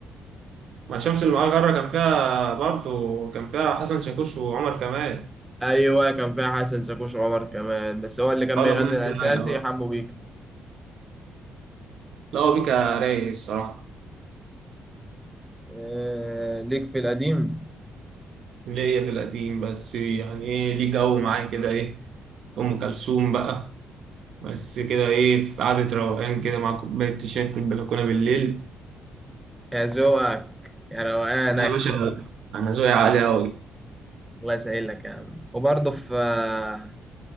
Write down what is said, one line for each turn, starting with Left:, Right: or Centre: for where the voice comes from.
Right: مع شمس المجرة كان فيها برضو كان فيها حسن شاكوش وعمر كمال
Centre: ايوه كان فيها حسن شاكوش عمر كمان بس هو اللي كان
Right: اه
Centre: بيغني
Right: الأغنية
Centre: الاساسي
Right: دي رايقة بقى
Centre: حمو بيكا
Right: لا هو بيكا رايق الصراحة
Centre: آه ليك في القديم
Right: اللي هي في القديم بس يعني ايه ليه جو معاه كده ايه أم كلثوم بقى بس كده ايه في قعدة روقان كده مع كوباية شاي في البلكونة بالليل
Centre: يا ذوقك يا روقانك
Right: انا يا باشا انا ذوقي عالي أوي
Centre: الله يسهلك يا عم وبرضه في آه،